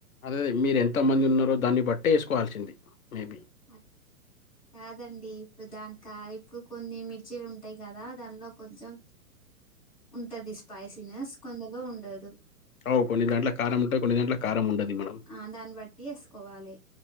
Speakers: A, on the left; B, in the centre.
A: అదే మీరు ఎంతమంది ఉన్నారో దాన్ని బట్టే వేసుకోవాల్సింది మేబీ
B: అది కాదండి ఇప్పుడు దాని కారం ఇప్పుడు కొన్ని మిర్చీలు ఉంటాయి కదా దానిలో కొంచెం ఉంటది స్పైసీ గా కొందలో ఉండదు
A: అవ్ కొన్ని దాంట్ల కారం ఉంటాయి కొన్ని దాంట్ల కారం ఉండది మనం
B: ఆ దాన్ని బట్టి వేసుకోవాలి